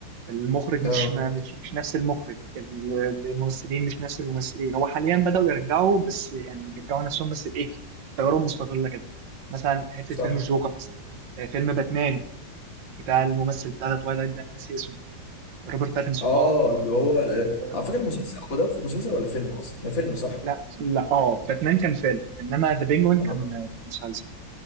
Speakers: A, on the right; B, on the left.
A: المخرج مش
B: اه
A: ما- مش مش نفس المخرج ال- الممثلين مش نفس الممثلين هو حاليا بدأوا يرجعوا بس يعني بيرجعوا نفسهم بس بإيه بتجارب مستقلة كده مثلا حتة
B: صح
A: فيلم الجوكر مثلا آه، فيلم باتمان بتاع الممثل بتاع توايلايت ده أنا ناسي اسمه روبرت باتنسون
B: اه
A: اه
B: اللي هو
A: آه،
B: على فكره المسلسل هو ده في مسلسل ولا فيلم اصلا ده فيلم صح
A: لا لا اه باتمان كان فيلم انما ذا بينجوين
B: اه
A: كان كان مسلسل